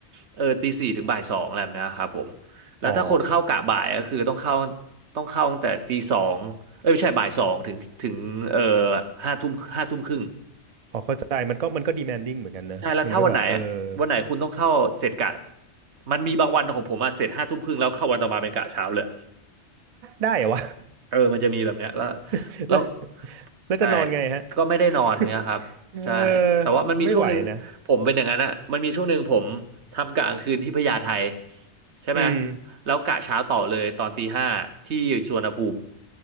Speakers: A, on the right; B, on the right.
A: เออตีสี่ถึงบ่ายสองอะไรแบบนะครับผมแล้วถ้าคนเข้ากะบ่ายก็คือต้องเข้า
B: อ๋อ
A: ต้องเข้าตั้งแต่ตีสองเอ้ยไม่ใช่บ่ายสองถึงถึงเออห้าทุ่มห้าทุ่มครึ่ง
B: พอเข้าใจมันก็มันก็ demanding เหมือนกันเนอะมันก็แบบเออ
A: ใช่แล้วถ้าวันไหนวันไหนคุณต้องเข้าเสร็จกะมันมีบางวันของผมอะเสร็จห้าทุ่มครึ่งแล้วเข้าวันต่อมาเป็นกะเช้าเลย
B: ได้เหรอวะ
A: เออมันจะมีแบบเนี้ยแล้ว
B: <laughs>
A: แล้ว
B: แล้วแล้วจะนอนไงฮะ
A: ใช่ก็ไม่ได้นอนเงี้ยครับใช่แต่ว่ามันมีช่วงหนึ่งผมเป็นอย่างนั้นอะมันมีช่วงหนึ่งผมทำกะกลางคืนที่พญาไท
B: <laughs> เออไม่ไหวนะ
A: ใช่ไหม
B: อืม
A: แล้วกะเช้าต่อเลยตอนตีห้าที่สุวรรณภูมิ